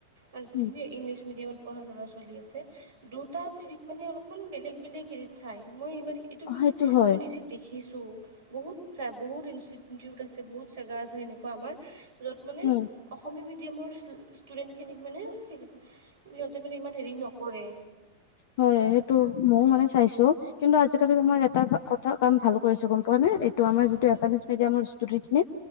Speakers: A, on the right; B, on the left.
A: আৰু যোনখিনি
B: উম
A: ইংলিছ মিডিয়ামত পঢ়া ল'ৰা ছোৱালী আছে দুটা হেৰিত মানে অলপমান বেলেগ-বেলেগ হেৰিত চাই, মই ইমান এইটোত মানে
B: সেইটো হয়
A: মই নিজে দেখিছোঁ, বহুত ঠাই-বহুত ইনষ্টিটিউট আছে, বহুত জেগা আছে সেনেকুৱা আমাৰ য'ত মানে
B: উম
A: অসমীয়া মিডিয়ামৰ ষ্টুডেণ্টখিনিক মানে সিহঁতে-সিহঁতে মানে ইমান হেৰি নকৰে।
B: হয়, সেইটো মইও মানে চাইছোঁ কিন্তু আজিকালি তোমাৰ এটা কথা-কাম ভাল কৰিছে, গম পোৱানে? ত' আমাৰ যিটো
A: অঁ
B: এছামিছ মিডিয়ামৰ ষ্টুডেণ্টখিনি,